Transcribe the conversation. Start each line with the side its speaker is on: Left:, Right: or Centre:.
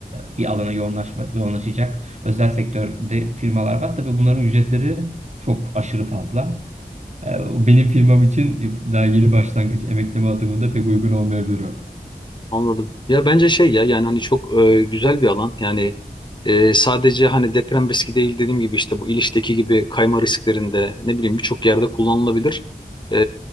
Right: e, bir alana yoğunlaşma, yoğunlaşacak özel sektörde firmalar var. Tabii bunların ücretleri çok aşırı fazla. Ee, o Benim firmam için daha yeni başlangıç emekleme adımında pek uygun olmayabilir o.
Left: Anladım. Ya bence şey ya yani hani çok e, güzel bir alan. Yani e, sadece hani deprem riski değil dediğim gibi işte bu İliç'teki gibi kayma risklerinde ne bileyim birçok yerde kullanılabilir. E,